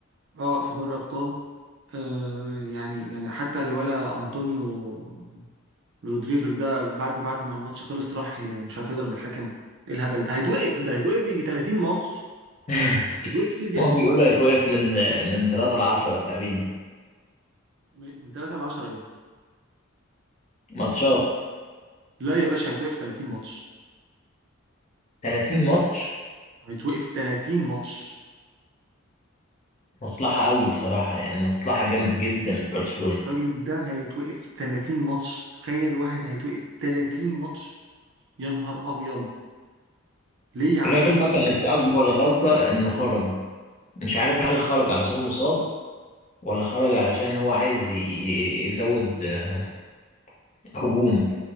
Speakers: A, on the right (about 60°); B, on the left (about 35°).
A: اه في دوري الابطال آه يعني يعني حتى الولا انطونيو رودريغر ده بعد بعد ما الماتش خلص راح ي- مش عارف يضرب الحكم ايه الهبل ده هيتوقف ده هيتوقف يجي 30 ماتش
B: <laughs>
A: هيتوقف كتير جدا
B: هو بيقولوا هيتوقف من من 3 ل 10 تقريبا
A: من 3 ل 10 ايه
B: ماتشات
A: لا يا باشا هيتوقف 30 ماتش
B: 30 ماتش
A: هيتوقف 30 ماتش
B: مصلحة قوي بصراحة يعني مصلحة جامد جدا لبرشلونة
A: الراجل ده هيتوقف 30 ماتش تخيل واحد هيتوقف 30 ماتش يا نهار ابيض ليه يا عم
B: الراجل
A: يتوقف
B: ده
A: 30
B: كانت أكبر
A: ماتش
B: غلطة إنه خرج مش عارف هل خرج علشان مصاب ولا خرج علشان هو عايز ي- يزود آه، هجوم